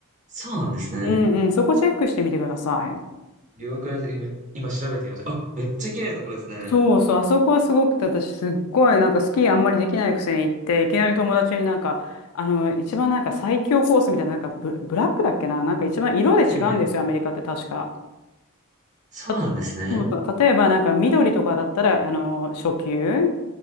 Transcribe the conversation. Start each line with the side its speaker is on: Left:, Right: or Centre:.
Right: そうなんですね。
Left: うんうん、そこチェックしてみてください。
Right: 了解です。今、今調べてみました。あ、めっちゃ綺麗なところですね。
Left: そうそう、あそこはすごくて、私すっごいなんかスキーあんまりできないくせに行って、いきなり友達になんか、あの、一番なんか最強コースみたいな、なんかブ、ブラックだっけな、なんか一番色で違うんですよ、
Right: はいはい。
Left: アメリカって確か。
Right: そうなんですね。
Left: たそうそう、例えばなんか緑とかだったら、あの、初級。